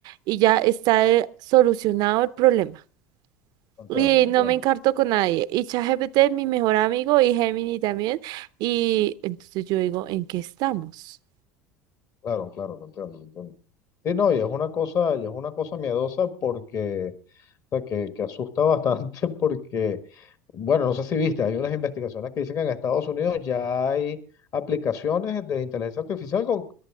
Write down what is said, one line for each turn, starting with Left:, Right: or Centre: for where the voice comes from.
Right: y ya está eh, solucionado el problema.
Left: No Entiendo,
Right: Y
Left: no
Right: no
Left: entiendo.
Right: me encarto con nadie. Y ChatGPT es mi mejor amigo y Gemini también. Y entonces yo digo, ¿en qué estamos?
Left: Claro, claro, te entiendo, te entiendo. Sí, no, y es una cosa, y es una cosa miedosa porque, o sea, que, que asusta bastante <laughs> porque, bueno, no sé si viste, hay unas investigaciones que dicen que en Estados Unidos ya hay aplicaciones de inteligencia artificial con,